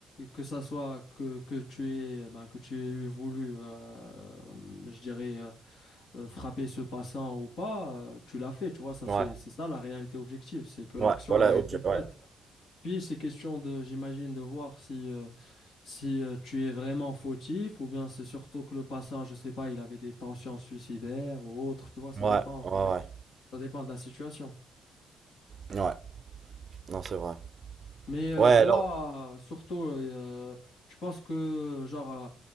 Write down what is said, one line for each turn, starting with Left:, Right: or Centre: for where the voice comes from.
Left: que ça soit que, que tu aies, eh ben, que tu aies voulu, euh, je dirais, euh, euh, frapper ce passant ou pas, euh, tu l'as fait, tu vois. Ça, c'est,
Right: Ouais,
Left: c'est ça la réalité objective, c'est que l'action,
Right: ouais, voilà,
Left: elle a été
Right: objet,
Left: faite.
Right: ouais,
Left: Puis, c'est question de, j'imagine, de voir si, euh, si euh, tu es vraiment fautif ou bien c'est surtout que le passant, je sais pas, il avait des tensions suicidaires ou autre, tu vois, ça
Right: ouais,
Left: dépend.
Right: ouais, ouais,
Left: Ça dépend de la situation.
Right: ouais, Ouais, non, c'est vrai.
Left: Mais euh,
Right: Ouais,
Left: toi,
Right: alors,
Left: euh, surtout, euh, tu penses que, genre, euh,